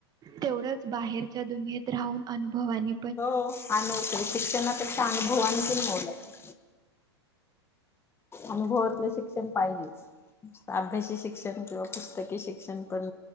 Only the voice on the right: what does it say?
तेवढच बाहेरच्या दुनियेत राहून अनुभव आणि